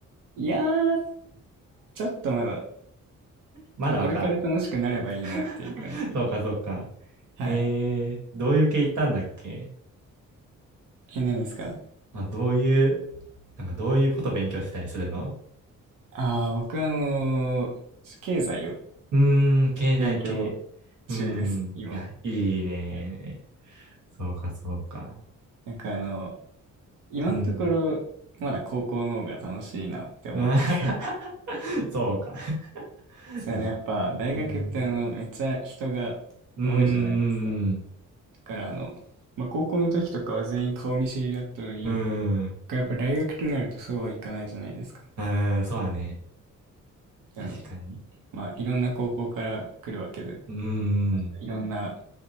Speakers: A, on the right; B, on the right.
A: いやー、ちょっとまだ、
B: まだわからん。
A: まあ、これから楽しくなればいいなっていう感じで。
B: <laughs> そうか、そうか。
A: はい。
B: えー、どういう系行ったんだっけ
A: え、何ですか
B: あ、どういう、なんかどういうこと勉強してたりするの
A: ああ、僕はあのー経済を
B: うーん、経済系。
A: 勉強
B: うーん、
A: 中です、今。
B: いや、
A: は
B: いいね。
A: い。
B: そうか、そうか。
A: なんかあのー今のところ、
B: うん。
A: まだ高校の方が楽しいなって思ってて
B: うん <laughs> そうか。<laughs>
A: そうね、
B: でも、
A: やっぱ大学ってあのめっちゃ人が多いじゃないですか。
B: うん。うー
A: だ
B: ん。
A: からあの、まあ、高校の時とかは全員顔見知りだったのに、
B: うーん。
A: やっぱ大学となるとそうはいかないじゃないですか。
B: うーん。そうだね。確かに。
A: あの、まあ、いろんな高校から来るわけで、
B: うーん。
A: いろんな